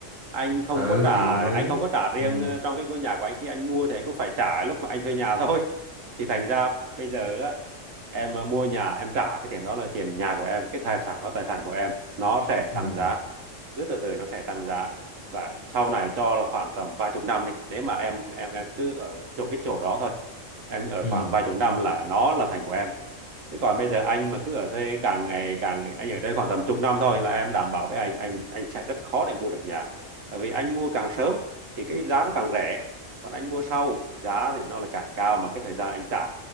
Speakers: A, on the right; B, on the right.
A: anh không
B: ừ
A: có trả
B: thì đồng ý
A: anh không có trả riêng
B: ừ
A: ờ, trong cái ngôi nhà của anh khi anh mua thì anh cũng phải trả lúc mà anh thuê nhà <laughs> thôi thì thành ra bây giờ á, em ờ, mua nhà em trả cái tiền đó là tiền nhà của em cái tài sản đó tài sản của em nó sẽ
B: ừ
A: tăng giá cứ từ từ nó sẽ tăng giá và sau này cho là khoảng tầm vài chục năm đi nếu mà em em em cứ ở trong cái chỗ đó thôi em ở
B: ừ
A: khoảng vài chục năm là nó là thành của em thế còn bây giờ anh mà cứ ở thuê càng ngày càng anh ở đây khoảng tầm chục năm thôi là em đảm bảo với anh anh anh sẽ rất khó để mua được nhà tại vì anh mua càng sớm thì cái giá nó càng rẻ còn anh mua sau thì giá thì nó là càng cao mà cái thời gian anh trả